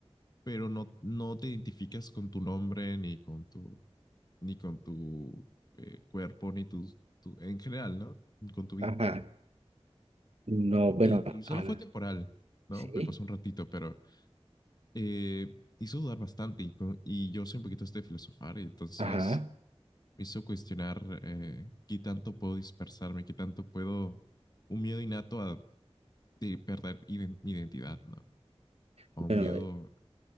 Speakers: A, on the left; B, on the right.
A: pero no, no te identificas con tu nombre, ni con tu, ni con tu eh, cuerpo, ni tus- tu, en general, ¿no? Con tu vida.
B: Ajá. No, bueno,
A: Y, y solo
B: ah,
A: fue temporal, ¿no?
B: sí.
A: Me pasó un ratito, pero eh, hizo dudar bastante y, con- y yo soy un poquito este de filosofar, y entonces
B: Ajá.
A: me hizo cuestionar eh, qué tanto puedo dispersarme, qué tanto puedo, un miedo innato a, de perder iden- mi identidad, ¿no? O
B: Bueno,
A: un miedo
B: eh,